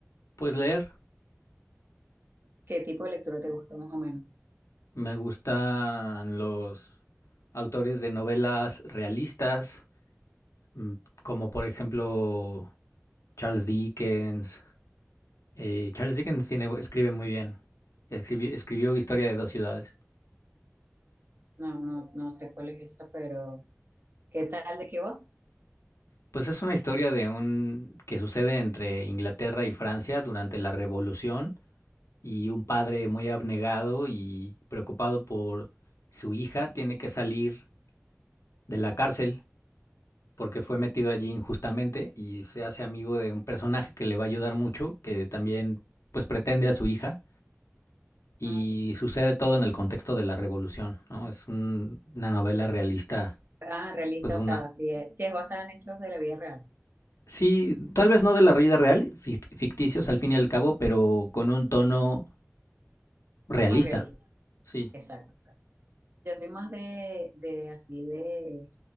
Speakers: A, on the left (about 75°); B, on the right (about 45°).
A: pues leer.
B: ¿Qué tipo de lectura te gusta más o menos?
A: Me gustan los autores de novelas realistas, mm, como por ejemplo Charles Dickens. Eh, Charles Dickens tiene, escribe muy bien. Escribi- escribió Historia de dos ciudades.
B: No, no, no sé cuál es esa, pero ¿qué tal de qué va?
A: Pues es una historia de un que sucede entre Inglaterra y Francia durante la Revolución y un padre muy abnegado y preocupado por su hija tiene que salir de la cárcel porque fue metido allí injustamente y se hace amigo de un personaje que le va a ayudar mucho, que también pues pretende a su hija y
B: Ah,
A: sucede todo en el contexto de la revolución, ¿no? Es un- una novela realista,
B: ah, realista,
A: pues una...
B: o sea, si es, si es basada en hechos de la vida real,
A: Sí, tal vez no de la vida real, fic- ficticios al fin y al cabo, pero con un tono realista.
B: más realista.
A: Sí.
B: Exacto, exacto. Yo soy más de, de así de,